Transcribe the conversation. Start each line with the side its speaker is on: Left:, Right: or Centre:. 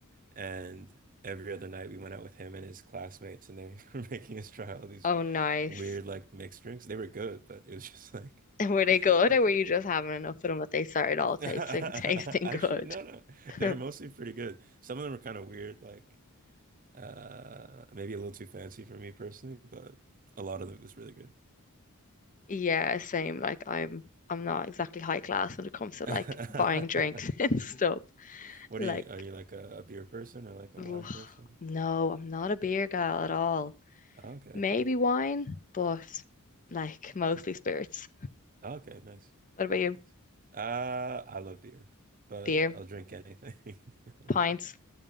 Right: And every other night we went out with him and his classmates and they <laughs> were making us try all these
Left: Oh, nice.
Right: weird
Left: <laughs>
Right: like mixed drinks. They were good, but it was just like
Left: And were they good, or
Right: <laughs>
Left: were you just having enough of them that they started
Right: <laughs>
Left: all tasting
Right: Actually,
Left: tasting good?
Right: no, no.
Left: <laughs>
Right: They were mostly pretty good. Some of them were kind of weird, like uh maybe a little too fancy for me personally, but a lot of it was really good.
Left: Yeah, same. Like I'm I'm not exactly high class when it comes to
Right: <laughs>
Left: like buying drinks <laughs> and stuff.
Right: What
Left: Like
Right: are you, are you like a, a beer person or like a
Left: ugh,
Right: wine person?
Left: no, I'm not a beer gal at all.
Right: Oh, Okay,
Left: Maybe
Right: fair.
Left: wine, but like mostly spirits.
Right: Oh, Okay, nice.
Left: What about you?
Right: Nice. Uh, I love beer, but
Left: Beer,
Right: I'll drink anything, <laughs> honestly.
Left: pints.